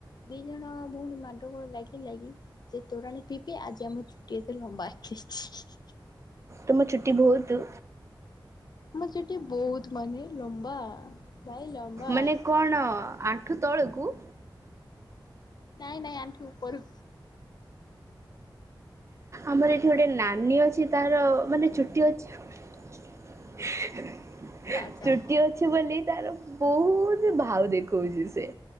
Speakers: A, on the left; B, on the right.
A: ଦି ଜଣ ଭଉଣି ମାଣ୍ଡଗୋଳ ଲାଗି ଲାଗି ସେ ତୋରଣେ ପିପି ଆଜି ଆମର ଛୁଟି ଏତ ଲମ୍ବା ଆସିଛି
B: ତମ ଛୁଟି ବହୁତ
A: ମୋ ଚୁଟି ବହୁତ ମାନେ ଲମ୍ବା ଭାଇ ଲମ୍ବା
B: ମାନେ କଣ ଆଣ୍ଠୁ ତଳକୁ
A: ନାଇଁ ନାଇଁ ଆଣ୍ଠୁ ଉପର
B: ଆମର ଏଠି ଗୋଟେ ନାନୀ ଅଛି ତାର ମାନେ ଚୁଟି ଅଛି ହେଁ
A: ଆଚ୍ଛା
B: ଚୁଟି ଅଛି ବୋଲି ତାର ବହୁତ ଭାଉ ଦେଖଉଛି ସେ